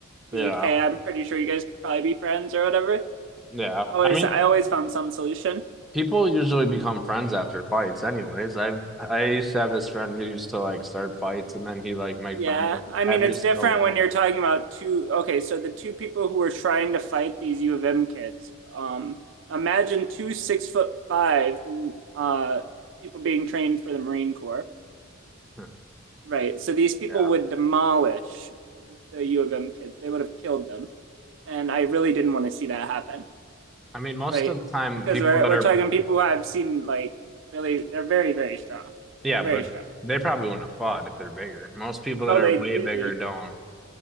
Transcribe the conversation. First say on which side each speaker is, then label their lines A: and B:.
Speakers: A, on the right; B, in the centre.
A: be
B: yeah,
A: like, "Hey, I'm pretty sure you guys could probably be friends or whatever."
B: yeah.
A: Always,
B: I mean,
A: I always found some solution.
B: people usually become friends after fights anyways. I've I used to have this friend who used to like start fights and then he like make
A: Yeah,
B: friends with
A: I mean
B: every
A: it's
B: single
A: different
B: one.
A: when you're talking about two. Okay, so the two people who were trying to fight these U of M kids. Um, imagine two six foot five uh, people being trained for the Marine Corps,
B: <laughs>
A: right? So these people
B: Yeah.
A: would demolish the U of M kids. They would have killed them, and I really didn't want to see that happen,
B: I mean, most
A: right?
B: of the time,
A: Because
B: people
A: we're
B: that
A: we're
B: are
A: talking people who I've seen like really, they're very very strong.
B: Yeah,
A: They're very
B: but
A: strong.
B: they probably wouldn't have fought if they're bigger. Most people
A: No,
B: that are
A: they
B: way
A: usually
B: bigger don't.